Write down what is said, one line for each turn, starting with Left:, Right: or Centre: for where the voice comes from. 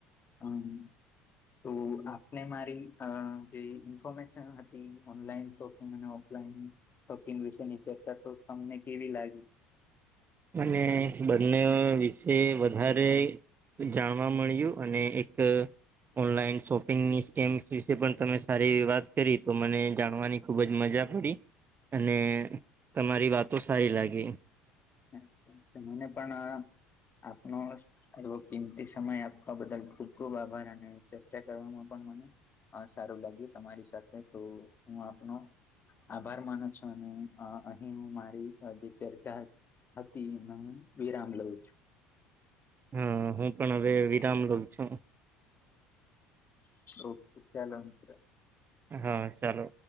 Left: હમ તો આપને મારી જે ઇન્ફોર્મેશન હતી ઓનલાઈન શોપિંગ અને ઓફલાઈન શપિંગ વિશેની ચર્ચા તો તમને કેવી લાગી
Right: અને બંને વિશે વધારે જાણવા મળ્યું અને એક ઓનલાઈન શોપિંગની સ્કીમ વિશે પણ તમે સારી એવી વાત કરી તો મને જાણવાની ખુબ જ મજા પડી અને તમારી વાતો સારી લાગી
Left: અચ્છા અચ્ા મને પણ આપનો એો કિંમતી સમય આપવા બદલ ખુબ ખુબ આભાર અને ચર્ચા કરવામાં પણ મને સારું લાગ્યું તમારી સાથે તો હું આપનો આભાર માનો છો અને અહી હું મારી જે ચર્ચા હતી અતિ વિરામ લવ છું
Right: હા હું પણ હવે વિરામ લો છું
Left: ઓકે ચાલો અંતરા
Right: હા ચાલો